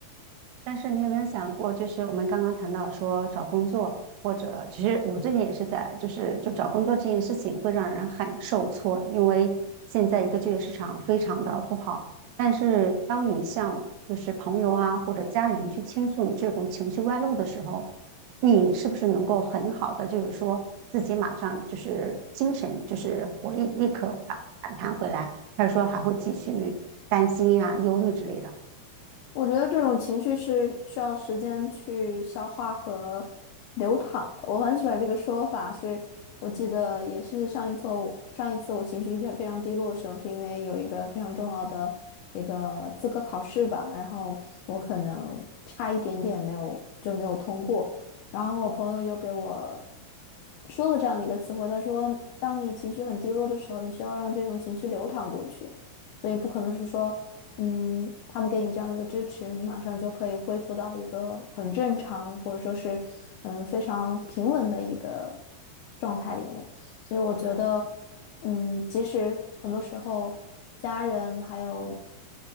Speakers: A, on the right; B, on the left.
A: 但是你有没有想过，就是我们刚刚谈到说找工作，或者其实我最近也是在，就是就找工作这件事情会让人很受挫，因为现在一个就业市场非常的不好。但是当你向就是朋友啊或者家人去倾诉你这种情绪外露的时候，你是不是能够很好的就是说自己马上就是精神就是活力立刻反反弹回来，还是说还会继续担心啊忧虑之类的？
B: 我觉得这种情绪是需要时间去消化和流淌的。我很喜欢这个说法是，我记得也是上一次我上一次我情绪非常低落的时候，是因为有一个非常重要的一个资格考试吧，然后我可能差一点点没有就没有通过，然后我朋友就给我说了这样的一个词汇，他说，当你情绪很低落的时候，你需要让这种情绪流淌过去。所以不可能是说嗯，他们给你这样的一个支持，你马上就可以恢复到一个很正常，或者说是嗯非常平稳的一个状态里面。所以我觉得，嗯，即使很多时候家人还有